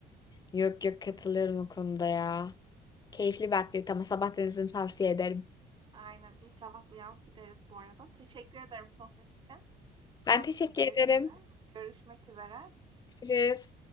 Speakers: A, on the left; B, on the right.
A: Yok yok katılıyorum o konuda ya. Keyifli bir aktivite ama sabah denizini tavsiye ederim.
B: Aynen. İnşallah bu yaz gideriz bu arada. Teşekkür ederim sohbet için.
A: Ben
B: Ben
A: teşekkür
B: şimdi.
A: ederim.
B: Görüşmek üzere.
A: Görüşürüz.